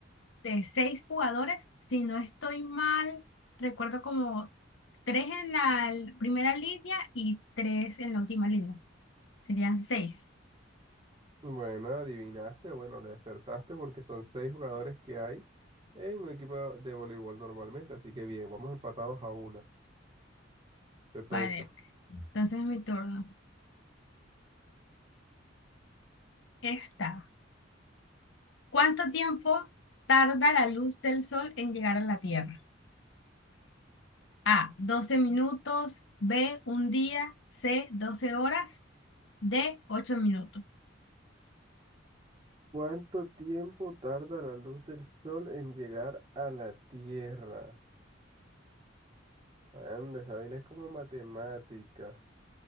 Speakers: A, on the left; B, on the right.
A: de seis jugadores. Si no estoy mal, recuerdo como tres en la l- primera línea y tres en la última línea. Serían seis.
B: Bueno, adivinaste, bueno, le acertaste porque son seis jugadores que hay en un equipo de voleibol normalmente, así que bien, vamos empatados a una. Te toca.
A: Vale, entonces mi turno. Esta. ¿Cuánto tiempo tarda la luz del sol en llegar a la Tierra? A, 12 minutos, B, un día, C, 12 horas, D, 8 minutos.
B: ¿Cuánto tiempo tarda la luz del sol en llegar a la Tierra? Anda, esa vaina es como matemática.